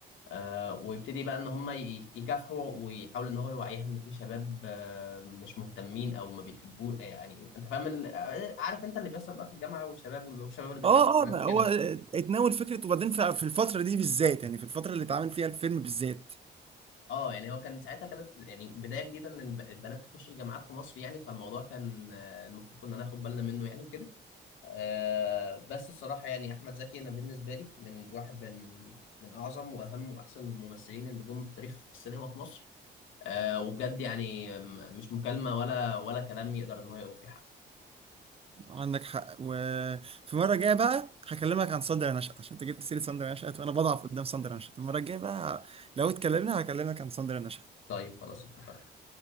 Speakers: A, on the left (about 80°); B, on the right (about 30°).
A: آه، ويبتدي بقى ان هم ي- يكافحوا ويحاول ان هو يوعيها ان في شباب آه، مش مهتمين او ما بيحبوه آه، يعني انت فاهم ال- عارف انت اللي بيحصل بقى في الجامعه والشباب والشباب اللي بيضحكوا
B: اه
A: في البنات
B: اه ده
A: وكده
B: هو اتناول فكره وبعدين ف- في الفتره دي بالذات يعني في الفتره اللي اتعمل فيها الفيلم بالذات
A: اه يعني هو كان ساعتها كانت يعني بدايه جديده ان الب- البنات تخش الجامعات في مصر يعني فالموضوع كان آه، المفروض كنا ناخد بالنا منه يعني وكده آه بس الصراحة يعني أحمد زكي أنا بالنسبة لي من واحد من من أعظم وأهم وأحسن الممثلين اللي جم في تاريخ السينما في مصر آه وبجد يعني م- مش مكالمة ولا ولا كلام يقدر إن هو يوفي حق
B: عندك حق وفي مره جايه بقى هكلمك عن ساندرا نشأت عشان انت جبت سيره ساندرا نشأت وانا بضعف قدام ساندرا نشأت المره الجايه بقى لو اتكلمنا هكلمك عن ساندرا نشأت
A: طيب خلاص اتفقنا